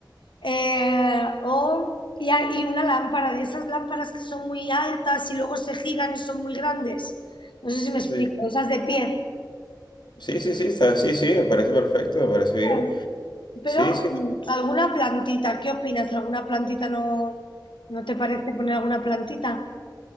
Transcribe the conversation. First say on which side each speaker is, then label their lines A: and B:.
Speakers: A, on the left; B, on the left.
A: eh, o, y, hay- y una lámpara de esas lámparas que son muy altas y luego se giran y son muy grandes. No sé si me explico,
B: Sí,
A: esas de pie.
B: sí, sí, sí, está- sí, sí, me parece perfecto, me parece bien.
A: ¿sabes? Pero
B: Sí, sí.
A: mm, alguna plantita, ¿qué opinas? ¿Alguna plantita no, no te parece poner alguna plantita?